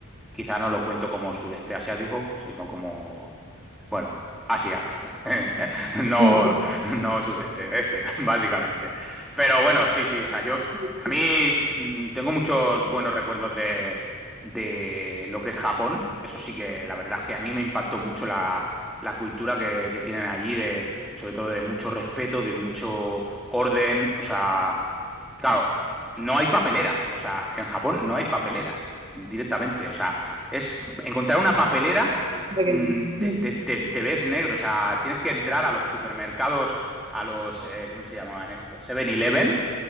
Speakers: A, in the centre; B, on the right (about 25°).
A: Quizá no lo cuento como sudeste asiático, sino como, bueno, Asia. <laughs> No,
B: <laughs> Ujú,
A: no sudeste, este, <laughs> básicamente. Pero bueno, sí, sí, o sea, yo,
B: Sí,
A: a
B: sí,
A: mí mm, tengo muchos buenos recuerdos de, de lo que es Japón. Eso sí que la verdad es que a mí me impactó mucho la, la cultura que, que tienen allí, de, sobre todo de mucho respeto, de mucho orden. O sea, claro, no hay papeleras. O sea, en Japón no hay papeleras directamente. O sea, es encontrar una papelera,
B: porque-
A: mm, te,
B: ujú,
A: te- te- te ves negro. O sea, tienes que entrar a los supermercados, a los, eh, ¿cómo se llamaban estos? 7-Eleven,